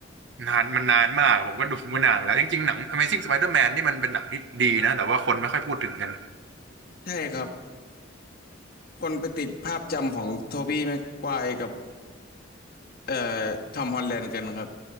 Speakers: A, on the right; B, on the left.
A: นานมันนานมากผมก็ดูมานานแล้วจริงๆหนัง Amazing Spider-Man นี่มันเป็นหนังที่ดีนะแต่ว่าคนไม่ค่อยพูดถึงกัน
B: ใช่ครับคนไปติดภาพจำของโทบี้แม็กไกวร์กับเอ่อทอมฮอลแลนด์กันครับ